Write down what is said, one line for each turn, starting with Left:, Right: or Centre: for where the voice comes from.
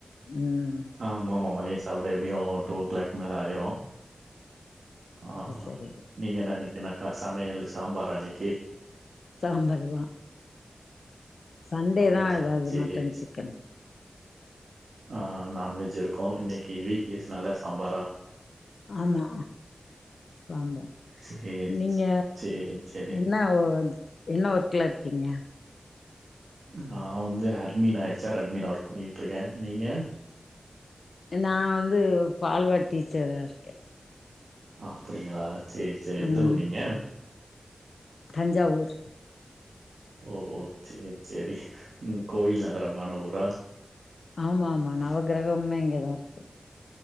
Left: ம்
Right: ஆஹ் ஆமாமா மத்தியம் சாப்பிடவே எப்படியு டூ ஓ கிளாக் மேல ஆயிரோ ஆஹ்
Left: சரி
Right: நீங்க என் இன்னைக் என்னக்கா சமையல் சாம்பாரா இன்னைக்கி
Left: சாம்பாருதா சண்டேதா
Right: அப்டியா
Left: ஏதாவது
Right: சேரி
Left: மட்டன் சிக்கன்
Right: ஆஹ நான்வெஜ் இருக்கோ இன்னைக்கு வீக் டேஸ்னால சாம்பாரா
Left: ஆமா சாம்பார்
Right: சேரி
Left: நீங்க
Right: சேரி சேரி
Left: என்ன என்ன ஒர்க்ல கிங்க
Right: நா வந்து அட்மினா எச் ஆர் அட்மினா ஒர்க் பண்ணிட்டு இருக்கே நீங்க
Left: நா வந்து பால்வாடி டீச்சரா இருக்கே
Right: அப்டிங்களா சேர் சேர் எந்த
Left: ம்
Right: ஊரு நீங்க
Left: தஞ்சாவூர்
Right: ஓஓ சேர் சேரி உம் கோயில் நகரமான ஊரா
Left: ஆமா ஆமா நவ கிரகம்மே இங்கேதா இருக்